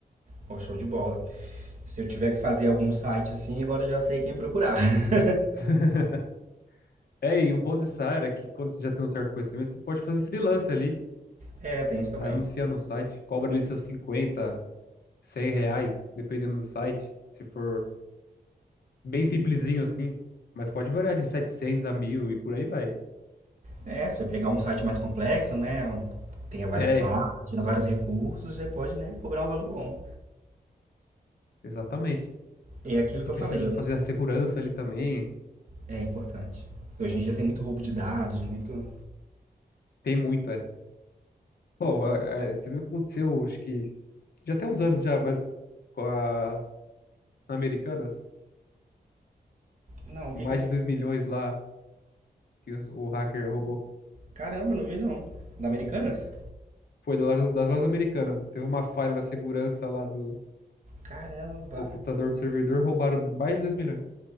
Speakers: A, on the right; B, on the left.
A: pô, show de bola. Se eu tiver que fazer algum site assim, agora eu já sei quem procurar. <laughs>
B: <laughs> É, e o bom dessa área é que quando você já tem um certo conhecimento, você pode fazer freelance ali,
A: É, tem isso também.
B: anunciar no site, cobra ali seus 50 100 reais, dependendo do site, se for bem simplesinho assim, mas pode variar de 700 a 1000 e por aí vai.
A: É, se você pegar um site mais complexo, né? um- Tenha várias
B: É,
A: páginas, vários recursos, você pode, né, cobrar um valor bom.
B: exatamente.
A: É aquilo que
B: E
A: eu
B: precisa
A: falei, eu
B: fazer
A: não-
B: a segurança ali também,
A: é importante. Hoje em dia tem muito roubo de dados, muito.
B: Tem muito, é. Pô, a- a- você viu o que aconteceu, acho que já tem uns anos já, mas com as americanas,
A: Não, o que
B: mais
A: que eu.
B: de dois milhões lá que os- o hacker roubou.
A: Caramba, não vi não. Da Americanas?
B: Foi das loja- das lojas americanas. Teve uma falha na segurança lá do
A: Caramba!
B: computador do servidor, roubaram mais de dois milhões.